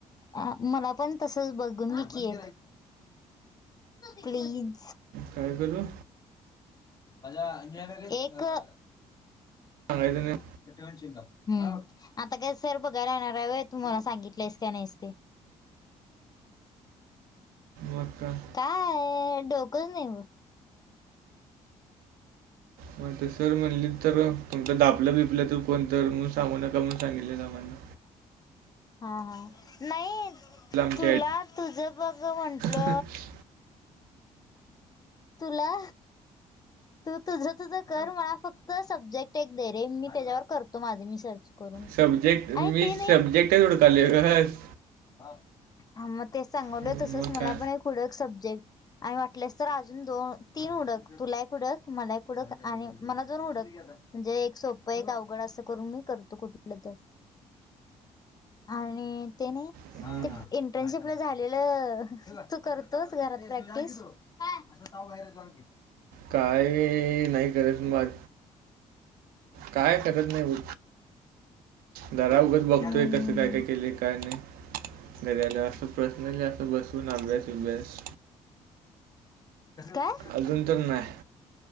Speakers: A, on the left; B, on the right.
A: अ मला पण तसच बघून मी की प्लीज.
B: काय कदो
A: एकं
B: सांगायचं नाही
A: हम्म. आता काय सर बघाय राहणार वय तुम्हाला सांगितलेस का नाहीस ते.
B: मग का
A: काय डोकच नाही ब.
B: म्हणून सर म्हणली तर कोणतं दापलं बिपलं तू कोणतर म्हणू सांगू नका म्हणुन सांगितले नामांना.
A: हा हा नाही
B: आमच्या
A: तुला तुझा बघ म्हंटलं.
B: <unintelligible>
A: तुला तू तुझं तुझं कर मला फक्त सब्जेक्ट एक दे रे मी त्याच्यावर करतो माझी मी सर्च. करून
B: सब्जेक्ट
A: आणि
B: मी
A: ते
B: सब्जेक्टच उडकायले. <unintelligible>
A: हा म ते सांगवले
B: मग
A: तसच मला
B: काय
A: पण एक हुडे एक सब्जेक्ट. आणि वाटलेस तर अजून दोन तीन उडक तुला एक उडक मला एक उडक आणि मला दोन उडक. म्हणजे एक सोपं एक अवघड असं करून मी करतो कुठलं तर. आणि ते नाही
B: हम्म.
A: ते इंटर्नशिपला झालेलं तू करतोयस घरात प्रॅक्टिस. काय असं साव बाहेर जा की.
B: काय हे नाही करत माझ. काय करत नाही हो. घरा उघच बघतोय
A: हम्म
B: कसं काय
A: हम्म
B: काय केले काय नाही घरीयाला असं प्रश्न जास् त बसून अभ्यास बिब्यास
A: काय
B: अजून तर नाय.